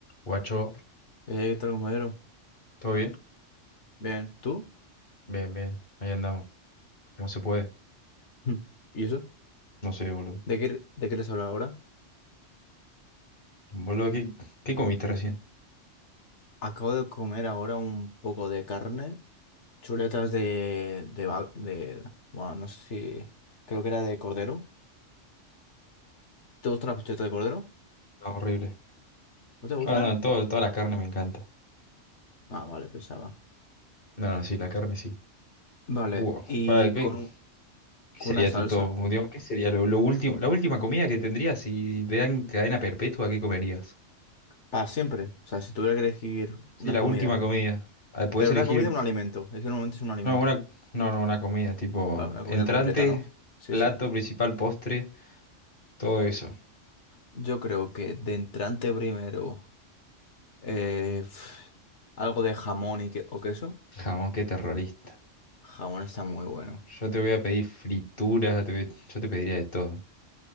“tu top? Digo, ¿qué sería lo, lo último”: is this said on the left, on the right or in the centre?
Left